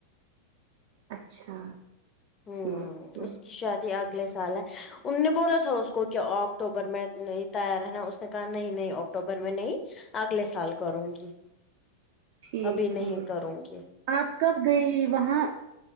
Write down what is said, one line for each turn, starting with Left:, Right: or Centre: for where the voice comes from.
Right: اچھا
Left: ہوں
Right: ٹھیک ٹھیک
Left: اس کی شادی اگ لے سال ہے ان نے بولا تھا اس کو کہ اکٹوبر میں نہیں تیار ہے نا اس نے کہا نہیں نہیں اکٹ وبر میں نہیں اگلے سال کروں گی
Right: ٹھیک
Left: ابھی
Right: ٹھیک
Left: نہیں کروں گی
Right: آپ کب گئی وہاں